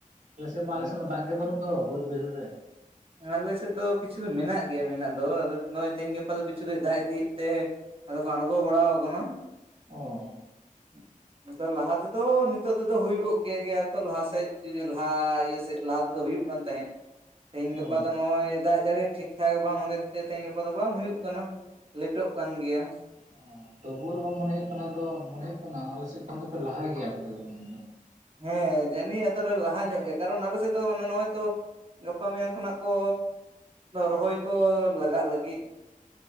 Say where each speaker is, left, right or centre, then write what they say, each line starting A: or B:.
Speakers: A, on the right; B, on the right.
A: ᱟᱞᱮᱥᱮᱫ ᱢᱟ
B: ᱦᱩᱸ
A: ᱟᱞᱮᱥᱮᱫ ᱢᱟ ᱫᱟᱜ ᱜᱮ ᱵᱟᱹᱱᱩᱜ ᱫᱚ ᱵᱟᱹᱫᱽ ᱵᱟᱹᱭᱦᱟᱹᱲ ᱨᱮ,
B: ᱟᱞᱮ ᱥᱮᱫ ᱫᱚ ᱠᱤᱪᱷᱩ ᱫᱚ ᱢᱮᱱᱟᱜ ᱜᱮᱭᱟ ᱢᱮᱱᱟᱜ ᱫᱚ ᱟᱫᱚ ᱱᱚᱜᱼᱚᱭ ᱛᱮᱦᱤᱧ ᱜᱟᱯᱟ ᱫᱚ ᱠᱤᱪᱷᱩ ᱫᱚ ᱫᱟᱜ ᱤᱫᱤᱭᱮᱫ ᱛᱮ ᱟᱫᱚ ᱠᱚ ᱟᱚᱲᱜᱳ ᱵᱟᱲᱟᱣ ᱠᱟᱱᱟ
A: ᱚ
B: <unintelligible> ᱞᱟᱦᱟ ᱛᱮᱫᱚ ᱱᱤᱛᱚᱜ ᱛᱮᱫᱚ ᱦᱩᱭ ᱠᱚᱜ ᱜᱮᱭᱟ ᱜᱮᱭᱟ ᱛᱚ ᱞᱟᱦᱟᱟᱥᱮᱫ ᱡᱩᱫᱤ ᱞᱟᱦᱟ ᱤᱭᱟᱹ ᱥᱮᱫ ᱞᱟᱦᱟ ᱛᱮᱫᱚ ᱦᱩᱭᱩᱜ ᱛᱟᱦᱮᱸᱱ ᱛᱮᱦᱤᱧ ᱜᱟᱯᱟ
A: ᱚ
B: ᱫᱚ ᱱᱚᱜᱼᱚᱭ ᱫᱟᱜ ᱡᱟᱹᱲᱤ ᱴᱷᱤᱠ ᱴᱷᱟᱠ ᱵᱟᱝ ᱦᱚᱛᱮᱡ ᱛᱮ ᱛᱮᱦᱮᱧ ᱜᱟᱯᱟ ᱫᱚ ᱵᱟᱝ ᱦᱩᱭᱩᱜ ᱠᱟᱱᱟ ᱞᱮᱴᱚᱜ ᱠᱟᱱ ᱜᱮᱭᱟ᱾
A: ᱚ ᱛᱚᱵᱵᱩᱣ ᱨᱮᱦᱚᱸ ᱢᱚᱱᱮ ᱦᱩᱭᱩᱜ ᱠᱟᱱᱟ ᱛ ᱢᱚᱱᱮ ᱦᱩᱭᱩᱜ ᱠᱟᱱᱟ ᱟᱞᱮ ᱥᱮᱫ ᱠᱷᱚᱱ ᱫᱚᱯᱮ ᱞᱟᱦᱟ ᱜᱮᱭᱟ ᱟᱯᱮ ᱚᱱᱮ
B: ᱦᱮᱸ ᱡᱟᱹᱱᱤ ᱟᱫᱚ ᱞᱮ ᱞᱟᱦᱟ ᱧᱚᱜ ᱜᱮᱭᱟ ᱠᱟᱨᱚᱱ ᱟᱞᱮ ᱥᱮᱫ ᱫᱚᱟᱱᱮ ᱱᱚᱜᱼᱚᱭ ᱛᱚ ᱜᱟᱯᱟ ᱢᱮᱭᱟᱝ ᱠᱷᱚᱱᱟᱜ ᱠᱚ ᱨᱚᱦᱚᱭ ᱠᱚ ᱞᱟᱜᱟᱜ ᱞᱟᱹᱜᱤᱫ᱾